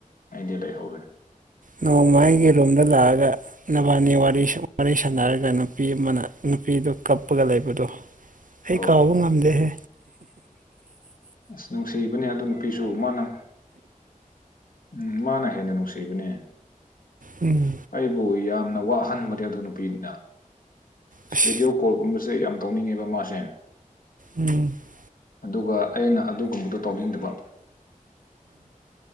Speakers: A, on the left; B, on the right.
A: ꯑꯩꯗꯤ ꯂꯩꯍꯧꯔꯦ
B: ꯅꯣꯡꯃꯥꯏꯒꯤ ꯔꯨꯝꯗ ꯂꯥꯛꯑꯒ ꯅꯕꯥꯅꯤ ꯋꯥꯔꯤ ꯁꯥꯟꯅꯔꯒ ꯅꯨꯄꯤ ꯑꯃꯅ ꯅꯨꯄꯤꯗꯣ ꯀꯞꯄꯒ ꯂꯩꯕꯗꯣ ꯑꯩ
A: ꯑꯧ
B: ꯀꯥꯎꯕ ꯉꯝꯗꯦꯍꯦ
A: ꯑꯁ ꯅꯨꯡꯁꯤꯕꯅꯦ ꯑꯗꯨ ꯅꯨꯄꯤꯁꯨ ꯃꯥꯅ ꯎꯝ ꯃꯥꯅ ꯍꯦꯟꯅ ꯅꯨꯡꯁꯤꯕꯅꯦ
B: ꯎꯝ
A: ꯑꯩꯕꯨ ꯌꯥꯝꯅ ꯋꯥꯍꯟꯕꯅꯤ ꯑꯗꯨ ꯅꯨꯄꯤꯅ ꯚꯕꯤꯗꯤꯑꯣ
B: ꯑꯁ
A: ꯀꯣꯜꯒꯨꯝꯕꯁꯦ ꯌꯥꯝ ꯇꯧꯅꯤꯡꯉꯦꯕ ꯃꯥꯁꯦ
B: ꯎꯝ
A: ꯑꯗꯨꯒ ꯑꯩꯅ ꯑꯗꯨꯒꯨꯝꯕꯗꯣ ꯇꯧꯅꯤꯡꯗꯕ